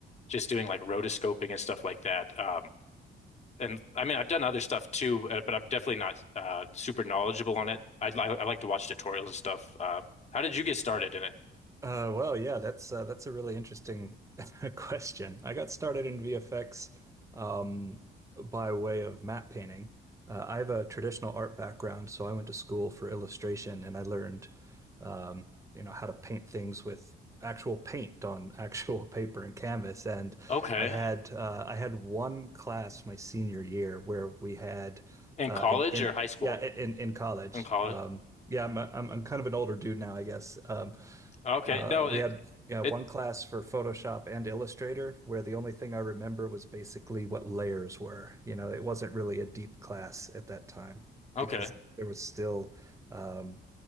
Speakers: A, on the left (about 35°); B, on the right (about 15°).
A: just doing like rotoscoping and stuff like that. Um, and I mean, I've done other stuff too, uh, but I'm definitely not uh, super knowledgeable on it. I, li I like to watch tutorials and stuff. Uh, how did you get started in it?
B: Uh, well, yeah, that's uh, that's a really interesting <laughs> question. I got started in VFX um, by way of matte painting. Uh, I have a traditional art background, so I went to school for illustration and I learned, um, you know, how to paint things with actual paint on actual <laughs> paper and canvas. And
A: Okay,
B: I had uh, I had one class my senior year where we had
A: in
B: uh,
A: college
B: in, in
A: or high school?
B: yeah in in college.
A: In college.
B: Um, yeah, I'm, I'm I'm kind of an older dude now, I guess. Um,
A: Okay,
B: uh,
A: no, it
B: we had yeah,
A: it
B: one class for Photoshop and Illustrator where the only thing I remember was basically what layers were. You know, it wasn't really a deep class at that time
A: okay.
B: because there was still, um,